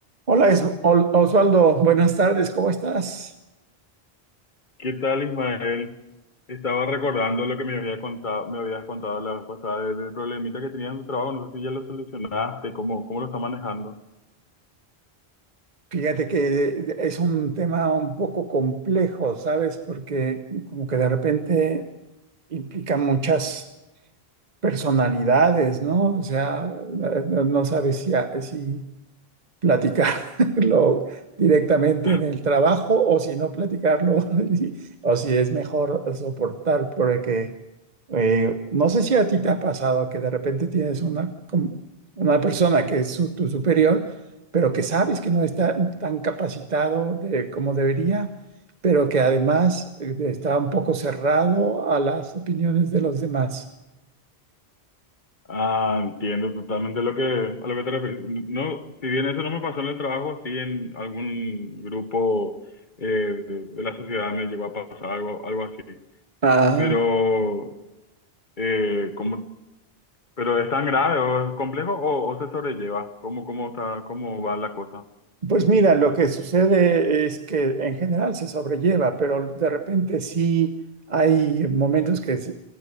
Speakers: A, on the right (about 45°); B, on the left (about 50°).
A: Hola Es- Ol- Osvaldo, buenas tardes, ¿cómo estás?
B: ¿Qué tal, Ismael? Estaba recordando lo que me había contado, me habías contado la vez pasada de- del problemita que tenías en tu trabajo. No sé si ya lo solucionaste, cómo, cómo lo está manejando.
A: Fíjate que eh, es un tema un poco complejo, ¿sabes? Porque como que de repente implica muchas personalidades, ¿no? O sea, eh, no no sabes si, a- si, platicarlo <laughs> directamente
B: <laughs>
A: en el trabajo o si no platicarlo <laughs> y- o si es mejor soportar porque eh, no sé si a ti te ha pasado que de repente tienes una, com- una persona que es su- tu superior, pero que sabes que no está tan capacitado de, como debería, pero que además eh, está un poco cerrado a las opiniones de los demás.
B: Ah, entiendo totalmente lo que, a lo que te refieres. No, si bien eso no me pasó en el trabajo, sí en algún grupo eh, de de la sociedad me llegó a pasar algo, algo así.
A: Ah.
B: Pero, eh, ¿cómo- pero es tan grave o es complejo o, o se sobrelleva? ¿Cómo, cómo está, cómo va la cosa?
A: Pues mira, lo que sucede es que en general se sobrelleva, pero de repente sí hay momentos que, es-